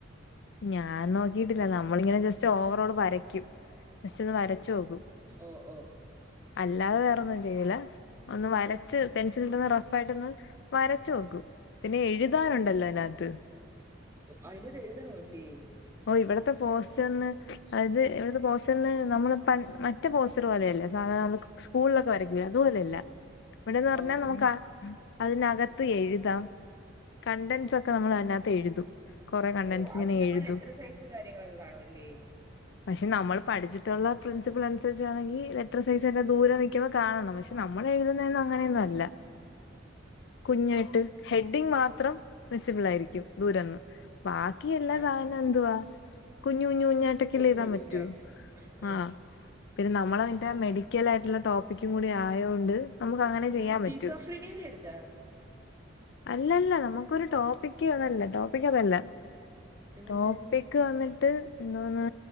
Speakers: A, on the left; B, on the right.
A: ഞാൻ നോക്കിട്ടില്ല നമ്മളിങ്ങനെ ജസ്റ്റ് ഓവറോൾ വരയ്ക്കും ജസ്റ്റ് ഒന്ന് വരച്ചു നോക്കും.
B: ഓ ഓ
A: അല്ലാതെ വേറെന്നും
B: ആ
A: ചെയ്യൂലാ ഒന്ന് വരച്ച് പെൻസിലൊണ്ടൊന്ന് റഫ് ആയിട്ടൊന്ന് വരച്ച് നോക്കും പിന്നെ എഴുതാനൊണ്ടല്ലോ അയ്നാത്ത്
B: അയിനത് എഴുതണവല്ലേ
A: ഓ ഇവിടത്തെ പോസ്റ്റർന് അതായത് ഇവിടുത്തെ പോസ്റ്റർന് നമ്മള് പൺ മറ്റ് പോസ്റ്ററ് പോലെയല്ലേ സാധാ നമക് സ്കൂൾലക്കെ വരക്കൂലേ അതുപോലല്ല ഇവിടെന്ന് പറഞ്ഞാ
B: ഓ പിന്നെ
A: നമുക്ക അതിനകത്ത് എഴുതാം കണ്ടന്റ്സ് ഒക്ക
B: ഓ
A: നമ്മള് അതിനാത്ത് എഴുതും കൊറെ കണ്ടന്റ്സ്
B: ഓ അതിനപ്പ
A: ഇങ്ങനെ എഴുതും
B: ലെറ്റർ സൈസും കാര്യങ്ങളൊക്കെ കാണുവല്ലേ
A: പക്ഷെ നമ്മള് പഠിച്ചിട്ടുള്ള പ്രിൻസിപ്പിൾ അനുസരിച്ചാണെങ്കിൽ ലെറ്റർസൈസ് തന്നെ ദൂരം നിക്കുമ്പോ കാണണം പക്ഷേ നമ്മളെഴുതുന്നേന്നും അങ്ങനെയൊന്നും അല്ല
B: <inaudible>
A: കുഞ്ഞായിട്ട് ഹെഡിങ് മാത്രം വിസിബിൾ ആയിരിക്കും ദൂരന്ന് ബാക്കി എല്ലാ
B: ആ
A: സാനം
B: ആ
A: എന്തുവാ കുഞ്ഞു കുഞ്ഞു കുഞ്ഞായ്ട്ടക്കല്ലേ
B: കുഞ്ഞ്
A: എഴുതാൻ
B: കുഞ്ഞായിട്ട്
A: പറ്റൂ
B: ഉം ഉം
A: ആഹ്. പിന്നെ നമ്മളതിന്റ മെഡിക്കൽ ആയിട്ടുള്ള ടോപ്പിക്കും കൂടി ആയോണ്ട് നമുക്ക് അങ്ങനെ
B: നീ
A: ചെയ്യാൻ
B: സ്കീസഫ്രീന
A: പറ്റൂ
B: അല്ലെ എടുത്ത
A: അല്ലല്ല നമുക്കൊരു ടോപ്പിക്ക് അതല്ല ടോപ്പിക് അതല്ല
B: പിന്നെന്തായിരുന്നു
A: ടോപ്പക്ക് വന്നിട്ട് എന്തോന്ന്